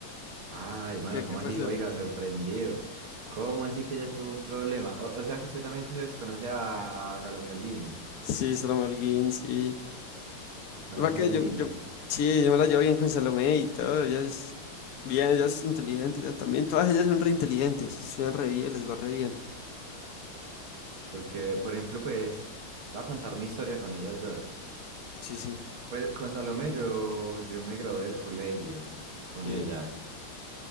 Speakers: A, on the right; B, on the left.
A: Ay, mano,
B: ¿Qué,
A: ¿cómo
B: qué pasó?
A: así? Oiga, sorprendido. ¿Cómo así que ella tuvo un problema? O, o sea que usted también conoce conoce a, a Salomé Holguín,
B: Sí, Salomé Holguín, sí.
A: a todas
B: Va que
A: esas
B: yo,
A: niñas.
B: yo, sí, yo me la llevo bien con Salomé y todo. Ella es bien, ella es inteligente, ella también. Todas ellas son re inteligentes, estudian re bien, les va re bien.
A: Porque, por ejemplo, pues, voy a contar mi historia con ellas dos.
B: Sí, sí,
A: Pues con Salomé yo, yo me gradué del colegio con
B: sí.
A: ella.